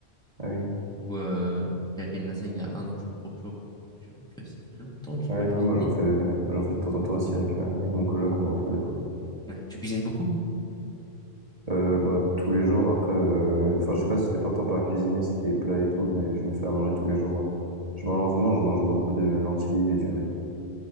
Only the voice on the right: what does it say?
Ah oui.
Ouais,
ouais, moi, j'en fais, j'en fais de temps en temps aussi avec, euh, avec mon coloc, on en fait des fois.
Euh, bah, tous les jours, après... euh, Enfin, je sais pas si ce que t'entends par cuisiner, c'est des plats et tout, mais je me fais à manger tous les jours, ouais. Je mange, je mange beaucoup de lentilles et du riz.